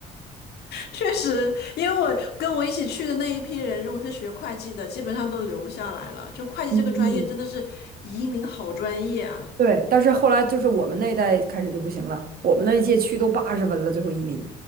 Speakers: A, on the left; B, on the right.
A: 确实，因为我跟我一起去的那一批人，如果是学会计的，基本上都留下来了。就会计这个专业，
B: 嗯，
A: 真的是移民好专业啊！
B: 对，但是后来就是我们那一代开始就不行了，我们那一届去都八十分了，最后移民，